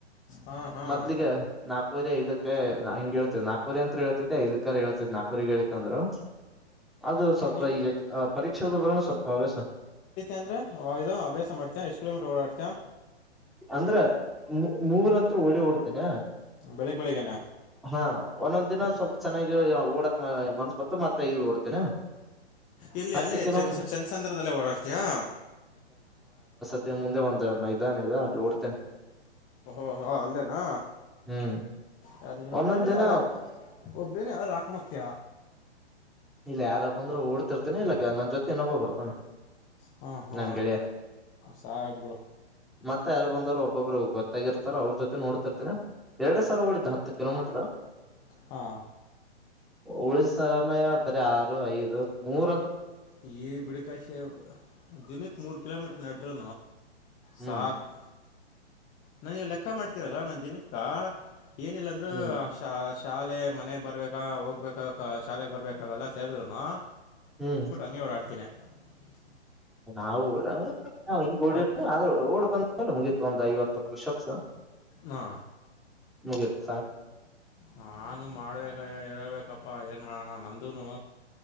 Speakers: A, on the left; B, in the centre.
A: ಹಾಂ ಹಾಂ
B: ಮೊದ್ಲಿಗೆ ನಾ ನಾಪುರಿ ಇದಕ್ಕೆ ಹಂಗ ಹೇಳ್ತ್ ನಾಗಪುರಿ ಅಂತ ಹೇಳ್ತಿದ ಇದಕ್ಕ ಹೇಳ್ತತಿ ನಾಗಪೂರಿಗೆ ಹೇಳಲಿಕಂದ್ರು ಅದು ಸ್ವಲ್ಪ
A: ನೀನು
B: ಈಗ ಪರೀಕ್ಷಾದ ಬರಣ ಸ್ವಲ್ಪ ಹವ್ಯಾಸ
A: ಅಂದ್ರೆ ಆ ಅಭ್ಯಾಸ ಮಾಡ್ತಾ ಎಷ್ಟ ಕಿಲೋಮೀರ್ ಓಾಡ್ತಾ
B: ಅಂದ್ರ ಮೂರಂ ಓಡಿ ಓಡ್ತೇನ
A: ಬೆಳಗ್ಗೆ ಬೆಳಗ್ಗೆನಾ
B: ಹಾ ಒಂದೊಂದ್ ದಿನ
A: ಎ-
B: ಸ್ವಲ್ಪ ಚೆನ್ನಾಗಿ ಓಡಕ್ ಮ ಮತ್ತಐ ಓಡ್ತೇನ
A: ಇಲ್ಲಿ
B: ಹತ್ತು
A: ಅಲ್ಲೇ
B: ಕಿಲೋಮೀಟರ್
A: ಚೆನ್ ಚೆನ್ಸಂದ್ರದಲ್ಲೇ ಓಡಾಡ್ತೀಯಾ
B: ಮತ್ತೆ ಮುಂದೆ ಒಂದ ಮೈದಾನ ಇದೆ <unintelligible>
A: ಓಹೋಹೋ ಅಲ್ಲೇನಾ
B: ಹ್ಮ್
A: ಯಾರ ನೀನ್
B: ಒಂದೊಂದ್
A: ಒಬ್ಬನೇ
B: ದಿನ
A: ಯಾರು ಒಬ್ಬನೇನ ಯಾರು ಹಾಕೊಂಡ ಹೋಗ್ತಯ
B: ಇಲ್ಲ ಯಾರ ಅಂದ್ರರು ಓಡ್ತಿರ್ತೇನ ಇಲ್ಲ ನನ್ ಜೊತೆ ಇನ್ನೊಬ್ಬ ಬರ್ತಾನ
A: ಹಾ ಹಾ
B: ನಮ್ ಗೆಳೆಯ
A: ಸಾಕ್ಬಿಡು
B: ಮತ್ತೆ ಎಲ್ಲಿ ಬಂದೋರು ಒಬ್ಬೊಬ್ರು ಗೊತ್ತಾಗಿರ್ತಾರ ಅವ್ರ ಜೊತೆ ಓಡ್ತಿರ್ತಿನಿ ಎರಡ್ ಸಾವಿರ ಓಡಿದು ಹತ್ತು ಕಿಲೋಮೀಟರ್
A: ಹಾ
B: ಉಳಿದ ಸಮಯ ಆರು ಐದು ಮೂರ
A: ಹೇ ಬಿಡು ಕಾಶಿ ದಿನಕ್ಕೆ ಮೂರು ಕಿಲೋಮೀಟರ್ ನಡೆಡ್ರು
B: ಹ್ಮ್
A: ಸಾಕು ನಾನ ಲೆಕ್ಕ ಮಾಡ್ತೀರಲ್ಲ ನನ್ ದಿನಕ್ಕ ಏನಿಲ್ಲ ಅಂದ್ರೂ
B: ಹ್ಮ್
A: ಶಾಲೆ ಮನೆಗೆ ಬರಬೇಕಾ ಹೋಗ್ಬೇಕ ಶಾಲೆಗೆ ಬರಬೇಕಾಗೆಲ್ಲ ಸೇರಿದ್ರುನು
B: ಹ್ಮ್
A: <unintelligible>
B: ನಾವು <unintelligible> ಹಾ ಹಿಂಗ ಓಡಿರ್ತ
A: ಅದು
B: ಆದ್ರ ಓಡ್ ಬಂದಲ್ಲ ಮುಗೀತು ಒಂದ ಐವತ್ತು ಷಪ್ಸ್
A: ಹಾ
B: ಮುಗಿತ್ ಸಾಕ
A: ನಾನು ಮಾಡ್ಬೇಕ ಹೇಳ್ಬೇಕಪ್ಪಾ ಏನ್ ಮಾಡೋಣ ನಂದನು